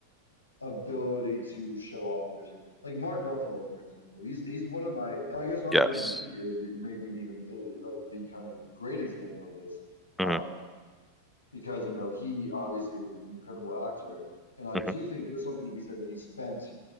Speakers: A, on the left; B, in the centre.
A: ability to show off their skills. Like Mark Ruffalo, for example, he's he's one of my and I guess Robert
B: Yes.
A: Downey Jr. is the- maybe an even uh, like the kind of great example of this um,
B: hmm
A: because you know he obviously is like, an incredible actor and I
B: hmm
A: do think there's something to be said that he spent